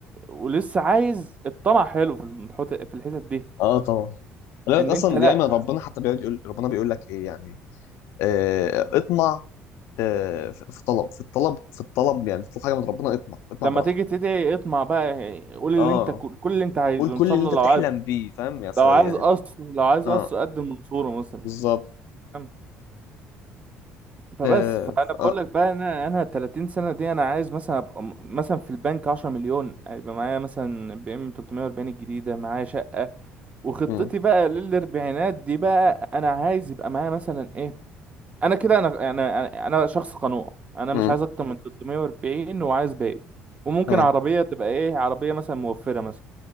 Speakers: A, on the right; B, on the left.
A: ولسه عايز الطمع حلو في الحت... في الحتت دي
B: آه، طبعا ولكن
A: ان
B: اصلا
A: انت لا
B: دايما ربنا حتى بيقعد يقول ربنا بيقول لك ايه يعني آه اطمع آه في في الطلب في الطلب في الطلب يعني تطلب حاجه من ربنا اطمع اطمع
A: لما
B: براحتك
A: تيجي تدعي اطمع بقى قول اللي
B: اه
A: انت كل كل اللي انت عايزه
B: قول كل
A: ان شاء
B: اللي
A: الله
B: انت
A: لو
B: بتحلم
A: عايز
B: بيه فاهم يا ص-
A: لو
B: يعني
A: عايز قصر لو عايز
B: اه
A: قصر قدم منصورة مثلا
B: بالظبط
A: فاهم؟ فبس
B: اه
A: فانا
B: ف- اه
A: بقول لك بقى انا انا 30 سنة دي انا عايز مثلا ابقى م- مثلا في البنك 10 مليون هيبقى معايا مثلا بي ام 340 الجديدة معايا شقة وخطتي
B: مم.
A: بقى للاربعينات دي بقى انا عايز يبقى معايا مثلا ايه انا كده انا انا انا أنا شخص قنوع انا
B: مم.
A: مش عايز اكتر من 340 وعايز باقي وممكن
B: مم.
A: عربية تبقى ايه عربية مثلا موفرة مثلا